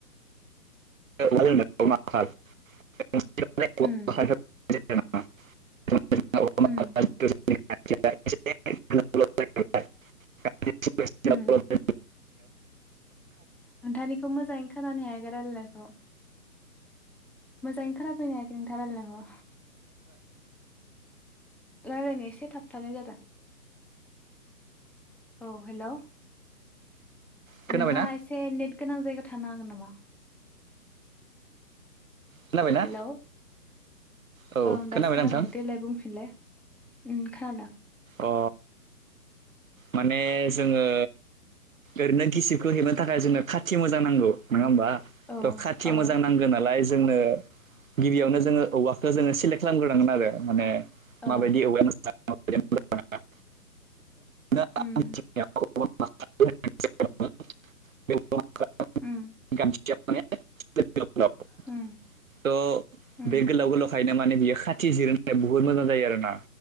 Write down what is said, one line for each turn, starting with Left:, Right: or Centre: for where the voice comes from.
Right: <unintelligible>
Centre: उम
Right: <unintelligible>
Centre: उम
Right: <unintelligible>
Centre: उम नोंथांनिखौ मोजाङै खोनानो हायाखै रायलायनाय खौ मोजाङैनो खोनाफैनो हायाखै नोंथाङा रायलायनायखौ रायलायनो एसे थाबथानाय जादों। औ हेल'।
Right: खोनाबायना
Centre: नोंथाङा एसे नेट गोनां जायगायाव थानो हागोन नामा?
Right: खोनाबायना
Centre: हेलौ
Right: औ
Centre: ओं
Right: खोनाबायना
Centre: दासो खोनादों
Right: नोंथां
Centre: देलाय बुंफिनलै। उम खोनादों।
Right: अ माने जोङो ओरैनो गिसिबखौ हेबनो थाखाय जोंनो खाथि मोजां नांगौ नङा होमबा?
Centre: औ
Right: खाथि
Centre: औ
Right: मोजां नांगौ नालाय जोंनो गिबियावनो जोङो औवाखौ जोङो सेलेक्ट खालामग्रोनांगोन आरो माने
Centre: ओ
Right: माबायदि औवाया मोजां माबायदि औवाया मोजां नङा
Centre: उम
Right: <unintelligible>
Centre: उम
Right: <unintelligible> <unintelligible>
Centre: उम
Right: त
Centre: उम
Right: बे गोलाव गोलाव <unintelligible> ओंखायनो माने बियो खाथि जिरनो थाखाय बहुत मोजां जायो आरोना।